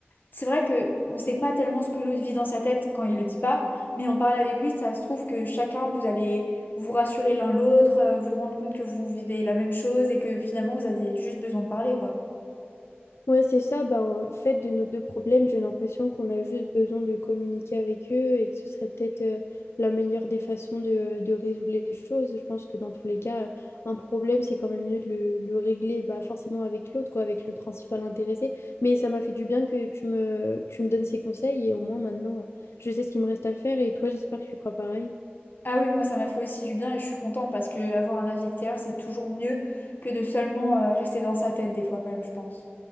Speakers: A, on the left (about 50°); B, on the left (about 85°).
A: C'est vrai que on sait pas tellement ce que l'autre vit dans sa tête quand il le dit pas, mais en parle avec lui, ça se trouve que chacun vous allez vous rassurer l'un l'autre, euh, vous rendre compte que vous vivez la même chose et que finalement vous aviez juste besoin de parler, quoi.
B: Ouais, c'est ça. Ben, en fait, de nos deux problèmes, j'ai l'impression qu'on a juste besoin de communiquer avec eux et que ce serait peut-être euh, la meilleure des façons de, euh, de résoudre les choses. Je pense que dans tous les cas, euh, un problème, c'est quand même mieux de le, le régler bah, forcément avec l'autre, quoi, avec le principal intéressé. Mais ça m'a fait du bien que tu me, tu me donnes ces conseils et au moins maintenant, je sais ce qu'il me reste à faire et toi, j'espère que tu feras pareil.
A: Ah oui, moi ça m'a fait aussi du bien et je suis contente parce que avoir un avis extérieur, c'est toujours mieux que de seulement euh, rester dans sa tête des fois quand même, je pense.